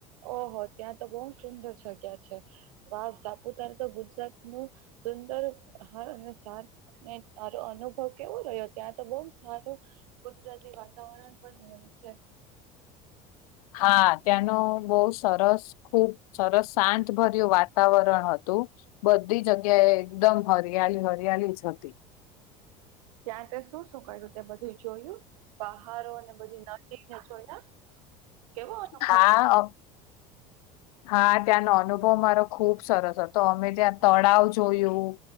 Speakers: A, on the right; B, on the left.
A: ઓહો ત્યાં તો બો સુંદર જગ્યા છે. વાવ સાપુતારા તો ગુજરાત નું સુંદર હાર અને સાથને તારો અનુભવ કેવો રહ્યો ત્યાં તો બોવ સારું કુદરતી વાતાવરણ પણ હોય છે.
B: હા ત્યાંનો બો સરસ ખુબ સરસ શાંતભર્યું વાતાવરણ હતું બધી જગ્યા એ એકદમ હરિયાળી હરિયાળી જ હતી
A: ત્યાં તે શું શું કર્યું? એ બધું જોયું પહારો અને બધી નાદીને જોયા કેવો અનુભવ
B: હા અ હા ત્યાંનો અનુભવ મારો ખુબ સરસ હતો અમે ત્યાં તળાવ જોયું